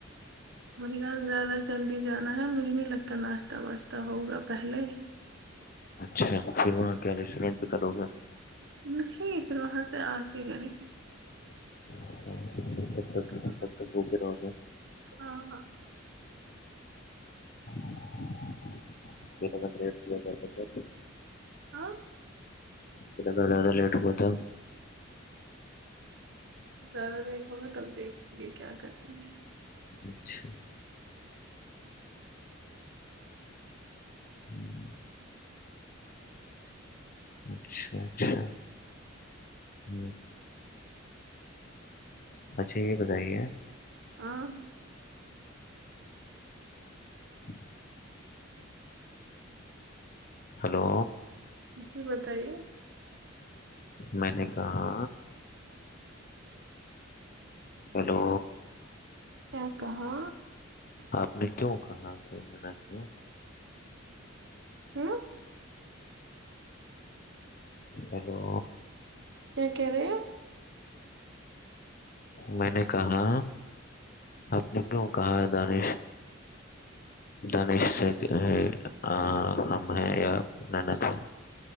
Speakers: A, on the right; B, on the left.
A: مجھے گھر زیادہ جلدی جانا ہے مجھے نہیں لگتا ناشتہ واشتہ ہوگا پہلے ہی
B: اچھا پھر وہاں کیا ریسٹورینٹ پہ کرو گے
A: نہیں پھر وہاں سے آ کے کریں گے
B: اچھا پھرکب
A: ہاں
B: تک کب تک بھوکے رہو گے
A: ہاں
B: <unintelligible>
A: ہاں
B: اتنا زیادہ لیٹ ہوگا تب
A: زیادہ لیٹ ہوگا تب دیکھوں گی کیا <unintelligible>
B: اچھا ہوں اچھا اچھا ہ اچھا یہ بتائیے
A: آاں
B: <inaudible> ہلو
A: جی بتائیے
B: میں نے کہا ہلو
A: کیا کہا
B: آپ نے کیوں کہا کہ منت ہے
A: ہوں
B: ہیلو
A: کیا کہہ رہے ہو
B: میں نے کہا آپ نے کیوں کہا ہے دانش دانش سے آ ہم ہیں یا نینت ہے